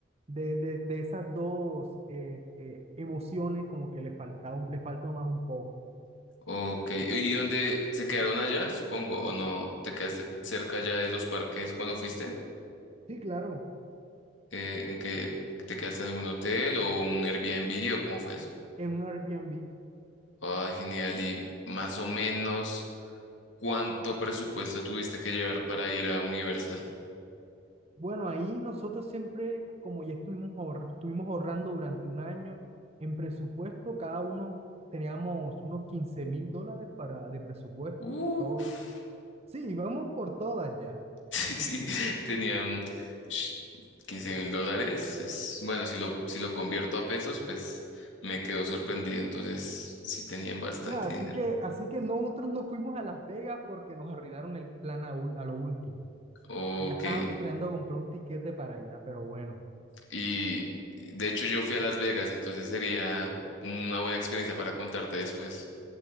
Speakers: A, on the right; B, on the left.
A: de, de, de esas dos eh, eh, emociones como que les falta, un- les falta más un poco
B: Ok, ¿y dónde se quedaron allá? Supongo, ¿o no? ¿Te quedaste cerca ya de los parques cuando fuiste?
A: Sí, claro.
B: Eh, ¿en que te quedaste en algún hotel o un Airbnb o cómo fue eso?
A: en un Airbnb.
B: Ah, genial. ¿Y más o menos cuánto presupuesto tuviste que llevar para ir a Universal?
A: Bueno, ahí nosotros siempre, como ya estuvimos, ahor- estuvimos ahorrando durante un año, en presupuesto cada uno teníamos unos quince mil dólares para, de presupuesto,
B: Uh.
A: todo.
B: <laughs>
A: Sí, vamos por todas ya.
B: Sí, sí, tenían ush, quince mil dólares. es- Bueno, si lo, si lo convierto a pesos, pues me quedo sorprendido. Entonces, sí tenían bastante
A: Ya, así
B: dinero.
A: que, así que nosotros nos fuimos a Las Vegas porque nos arruinaron el plan a, ul- a lo último.
B: Ok.
A: Ya estábamos planeando comprar un tiquete para allá, pero bueno,
B: Y de hecho yo fui a Las Vegas, entonces sería una buena experiencia para contarte después.